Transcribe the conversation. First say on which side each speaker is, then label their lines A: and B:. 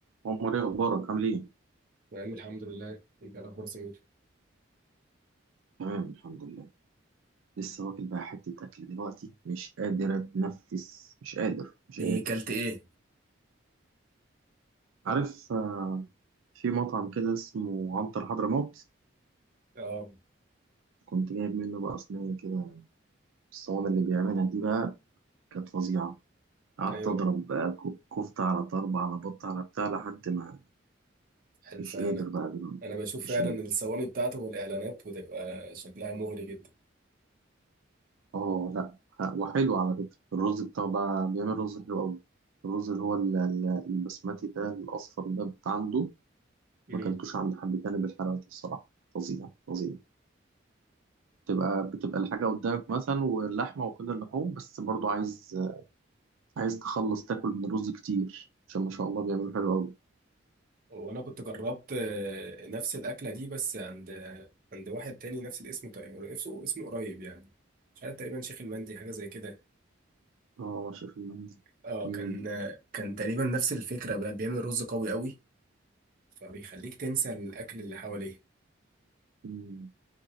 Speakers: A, on the right (about 85°); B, on the right (about 45°).
A: عمر ايه اخبارك عامل ايه
B: نعم الحمد لله انت الاخبار سمير
A: تمام الحمد لله لسه واكل بقى حته اكل دلوقتي مش قادر اتنفس مش قادر مش
B: ايه
A: قادر
B: كلت ايه
A: عارف آه، في مطعم كده اسمه عنتر حضرموت
B: اه
A: كنت جايب منه بقى صينيه كده الصواني اللي بيعملها دي بقى كانت فظيعه قعدت
B: ايوه
A: اضرب بقى كو- كفته على طرب على بط على بتاع لحد ما
B: الف
A: مش
B: هنا
A: قادر بقى دلوقتي
B: انا بشوف
A: مش
B: فعلا
A: قادر
B: الثواني بتاعته والاعلانات بتبقى شكلها مغري جدا
A: اه لا ه- وحلو على فكره الرز بتاعه بقى بيعمل رز حلو قوي الرز اللي هو ال- ال- البسمتي ده الأصفر ده بتاع عنده
B: امم
A: ما اكلتوش عند حد تاني بالحلاوه دي الصراحه فظيع فظيع بتبقى بتبقى الحاجه قدامك مثلا واللحمه وكل اللحوم بس برضو عايز عايز تخلص تاكل من الرز كتير عشان ما شاء الله بيعملوا حلو قوي
B: وانا كنت جربت آه، نفس الاكله دي بس عند آه، عند واحد تاني نفس الاسم تقريبا نفسه اسمه قريب يعني مش عارف تقريبا شيخ المندي حاجه زي كده
A: اه شايف المندي
B: اه
A: مم.
B: كان آه، كان تقريبا نفس الفكرة بقى بيعمل رز قوي قوي فبيخليك تنسى الاكل اللي حواليه
A: مم.